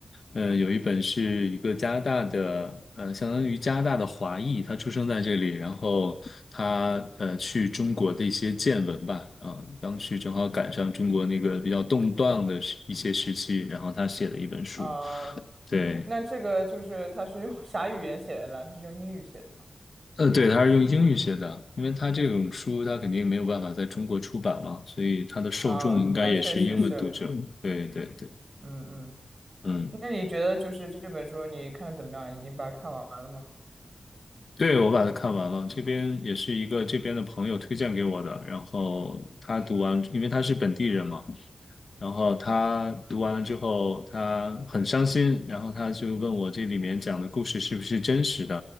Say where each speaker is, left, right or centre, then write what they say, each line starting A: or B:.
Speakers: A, on the left (about 65°); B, on the right (about 45°).
A: 呃，有一本是一个加拿大的，呃，相当于加拿大的华裔，他出生在这里，然后他呃去中国的一些见闻吧。嗯，当时正好赶上中国那个比较动荡的时一些时期，然后他写了一本书。
B: 啊、
A: 对。
B: 那这个就是它是用 <laughs> 啥语言写的呢？它是用英语写的吗？
A: 呃，对，他是用英语写的，因为他这种书他肯定没有办法在中国出版嘛，所以他的受众应该也是英文读者。
B: 啊、那确实是，
A: 对对对，
B: 嗯嗯。
A: 嗯，
B: 那你觉得就是这本书你看得怎么样？已经把它看完了吗？
A: 对，我把它看完了，这边也是一个这边的朋友推荐给我的，然后他读完，因为他是本地人嘛，然后他读完了之后，他很伤心，然后他就问我这里面讲的故事是不是真实的，